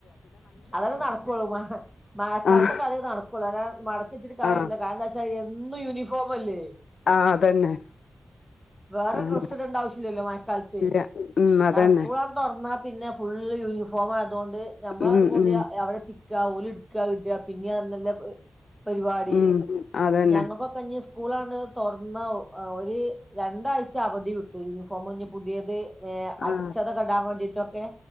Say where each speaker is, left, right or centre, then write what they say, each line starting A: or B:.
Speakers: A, in the centre; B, on the left (about 85°).
A: അതെല്ലാ നടക്കുള്ളൂ മഴക്കാലത്തൊക്കെ
B: ആഹ്
A: അതെ നടക്കുള്ളൂ അല്ല മട ച്ചിട്കാര്യല്ല
B: ആഹ്
A: കാരണം എന്നും യൂണിഫോം അല്ലേ
B: ആ അതന്നെ
A: വേറെ
B: ആഹ്
A: ഡ്രസ്സ് ഇടണ്ട ആവശ്യല്ലല്ലോ മഴക്കാലത്ത്
B: ഇല്ല ഉം അതന്നെ
A: ഞാൻ സ്കൂൾ തുറന്നാ പിന്നെ ഫുള്ള് യൂണിഫോം ആയതുകൊണ്ട് നമ്മള
B: ഉം
A: അതുകൊണ്ട്
B: ഉം
A: അവിടെ ച്ചി ചിക്ക ഓല് ഇടുക്ക ഇട പിന്നെഅത്‌ ന്നാല്ല പരിപാടി
B: ഉം അതന്നെ
A: ഞങ്ങൾക്കൊ കഞ്ഞ സ്കൂളാണ് തുറന്ന ഒരു രണ്ടാഴ്ച്ച അവധി കിട്ടും. യൂണിഫോംഞ് പുതിയത് ഏ
B: ആഹ്
A: അടിച്ചത് ഇടാൻ വേണ്ടിട്ടൊക്കെ